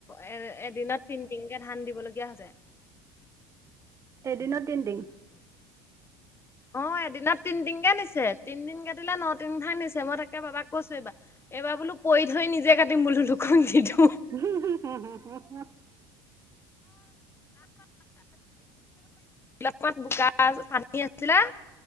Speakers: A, on the left (about 20°); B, on the right (about 25°).
A: এ এদিনত তিন তিনকে ধান দিবলগীয়া হৈছে।
B: এদিনত
A: উ
B: তিনদিন
A: অ এদিনত তিনদিনকে নিছে তিনদিনকে দিলে ন তিন কে নিছে মই তাকে বাবাক কৈছো এইবাৰ। এবাৰ বোলো পৰি ধৰি নিজে কাটিম বোলো দুখন দিটো।
B: উ হু হু হুু।
A: আহমান বোকা পানী আছিলাঁ?